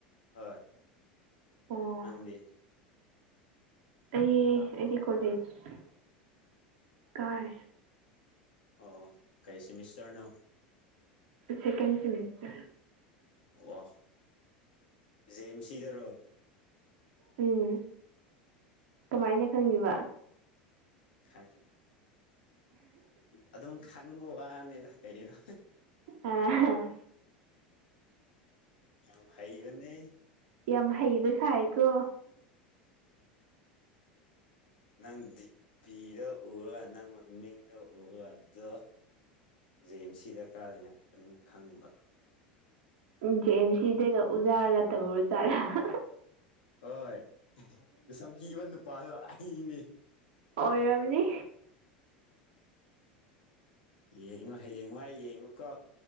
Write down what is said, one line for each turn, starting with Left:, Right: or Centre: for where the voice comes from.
Left: ꯍꯣꯏ
Right: ꯑꯣ
Left: ꯅꯪꯗꯤ
Right: ꯑꯩ ꯑꯩꯗꯤ ꯀꯣꯂꯦꯖ ꯀꯥꯏ
Left: ꯑꯣ ꯀꯔꯤ ꯁꯤꯃꯤꯁꯇꯔꯅꯣ
Right: ꯁꯦꯀꯦꯟ ꯁꯤꯃꯤꯁꯇꯔ
Left: ꯋꯥ ꯖꯦꯝ ꯁꯤꯗꯔꯣ
Right: ꯎꯝ ꯀꯃꯥꯏꯅ ꯈꯪꯏꯕ
Left: ꯈꯪꯪꯂꯦ ꯑꯗꯨꯝ ꯈꯪꯕ ꯋꯥꯅꯤꯗ ꯀꯩꯅꯣ
Right: ꯑꯥ
Left: ꯌꯥꯝ ꯍꯩꯕꯅꯦ
Right: ꯌꯥꯝ ꯍꯩꯕ ꯁꯥꯏꯀꯣ
Left: ꯅꯪꯗꯤ ꯄꯤꯗ ꯎꯔꯒ ꯅꯪ ꯃꯃꯤꯡꯗ ꯎꯔꯒ ꯑꯗꯣ ꯖ ꯑꯦꯝ ꯁꯤ ꯗꯔꯀꯥꯔꯅ ꯑꯗꯨꯝ ꯈꯪꯕ
Right: ꯎ ꯦꯟꯁꯤ ꯏꯗꯒ ꯎꯖꯥꯒ ꯇꯧꯔ ꯇꯔ <unintelligible>
Left: ꯍꯣꯏꯁꯨꯝ ꯀꯤꯕ ꯅꯨꯄꯥꯗꯣ ꯑꯩꯅꯤ
Right: ꯑꯣꯏꯔꯃꯅꯤ
Left: ꯎ ꯌꯦꯡꯉꯣ ꯍꯌꯦꯡꯋꯥꯏ ꯌꯦꯡꯉꯨꯀꯣ